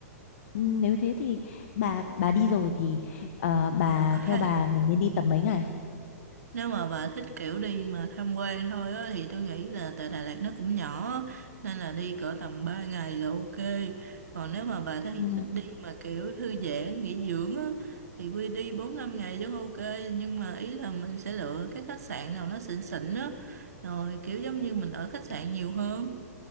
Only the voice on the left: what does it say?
Ừ, Nếu thế thì bà bà đi rồi thì ờ, bà
theo
bà mình nên đi tầm mấy ngày?
ừ